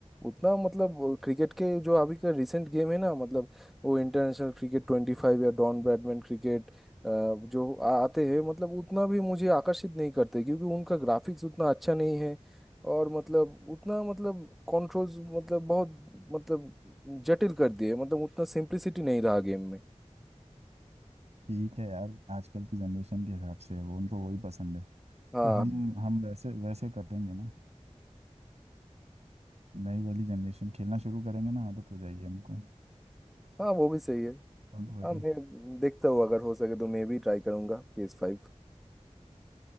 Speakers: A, in the centre; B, on the right (about 65°).
A: उतना मतलब क्रिकेट के जो अभी का रिसेंट गेम है ना मतलब वो इंटरनेशनल क्रिकेट ट्वेंटी फाइव या डॉन ब्रैडमैन क्रिकेट जो आ- आते हैं मतलब उतना भी मुझे आकर्षित नहीं करते क्योंकि उनका ग्राफिक्स उतना अच्छा नहीं है और मतलब उतना मतलब कंट्रोल्स मतलब बहुत मतलब जटिल कर दिए मतलब उतना सिंप्लिसिटी नहीं रहा गेम में
B: ठीक है यार आजकल की जनरेशन के हिसाब से वो उनको वही पसंद है
A: हाँ
B: तो हम हम वैसे वैसे करेंगे ना नई वाली जनरेशन खेलना शुरू करेंगे ना आदत हो जाएगी हमको
A: हाँ वो भी सही है
B: Don't worry
A: हाँ मैं देखता हूँ अगर हो सके तो मैं भी ट्राई करूंगा पी एस फाइव